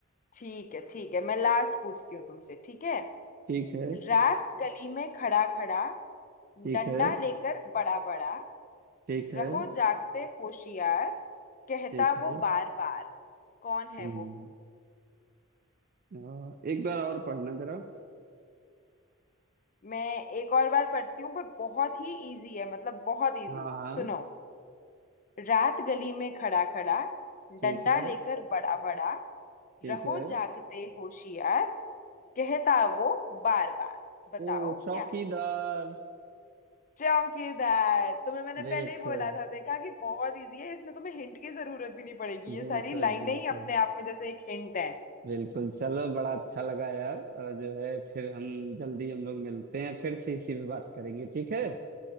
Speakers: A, on the left (about 40°); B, on the right (about 45°).
A: ठीक है ठीक है मैं लास्ट पूछती हूँ तुमसे ठीक है
B: ठीक है
A: रात गली में खड़ा खड़ा
B: ठीक
A: डंडा
B: है
A: लेकर बड़ा बड़ा
B: ठीक
A: रहो
B: है
A: जागते होशियार कहता
B: ठीक है
A: वो बार बार कौन
B: हम्म
A: है वो
B: हाँ, एक बार और पढ़ना जरा
A: मैं एक और बार पढ़ती हूँ पर बहुत ही इजी है मतलब बहुत इजी
B: हाँ हाँ
A: सुनो रात गली में खड़ा खड़ा
B: ठीक
A: डंडा
B: है
A: लेकर बड़ा बड़ा
B: ठीक
A: रहो
B: है
A: जागते होशियार कहता वो बार बार बताओ
B: ओ चौकीदार
A: क्या चौकीदार तुम्हें मैंने
B: बिल्कुल
A: पहले ही बोला था देखा कि बहुत इजी है इसमें तुम्हें हिंट की जरूरत भी नहीं पड़ेगी ये
B: बिल्कुल
A: सारी लाइनें
B: बिल्कुल
A: ही अपने आप में जैसे एक हिंट है
B: बिल्कुल चलो बड़ा अच्छा लगा यार और जो है फिर हम जल्दी हम लोग मिलते हैं फिर से इसी पे बात करेंगे ठीक है